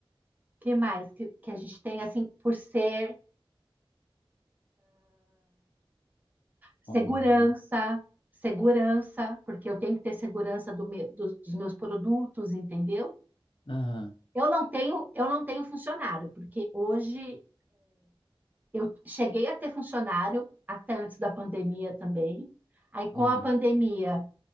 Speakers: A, on the right; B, on the left.
A: que mais que, que a gente tem assim por ser segurança,
B: online, né?
A: segurança, porque eu tenho que ter segurança do meu- dos, dos meus produtos, entendeu?
B: Aham.
A: Eu não tenho, eu não tenho funcionário, porque hoje eu cheguei a ter funcionário até antes da pandemia também. Aí com
B: Uhum.
A: a pandemia